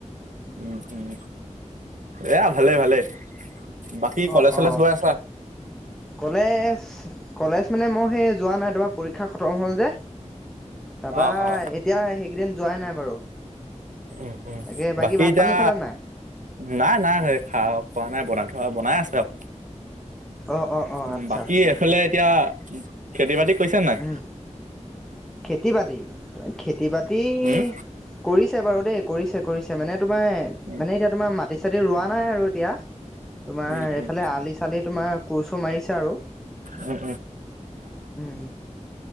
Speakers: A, on the right; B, in the centre.
A: উম, উম এয়া ভালেই ভালেই। বাকী কলেজ
B: অ'
A: চলেজ
B: অ'।
A: গৈ আছা?
B: কলেজ, কলেজ মানে মই সেই যোৱা নাই তোমাৰ পৰীক্ষা খতম হ'ল যে। তা পা
A: অ অ অ
B: এতিয়া সেইকেইদিন যোৱাই নাই বাৰু।
A: উম, উম
B: তাকে
A: বাকী
B: ভাত
A: এতা
B: পানী খালা নাই?
A: নাই -নাই খাও। খোৱা নাই বনাই থোৱা বনাই আছে আও
B: অ' অ' অ'
A: উ।
B: আচ্ছা
A: বাকী
B: আচ্ছা।
A: এফালে এতিয়া খেতি বাতি কৰিছে নাই?
B: উম, খেতি বাতি খেতি বাতি
A: উম
B: কৰি বাৰু দেই কৰিছে -কৰিছে মানে তোমাৰ
A: উম
B: মানে এতিয়া তোমাৰ মাটি চাটি ৰোৱা নাই আৰু এতিয়া। তোমাৰ
A: উম
B: এইফালে
A: উম
B: আলি চালি তোমাৰ কোৰ চুৰ মাৰিছে আৰু
A: উম
B: উম।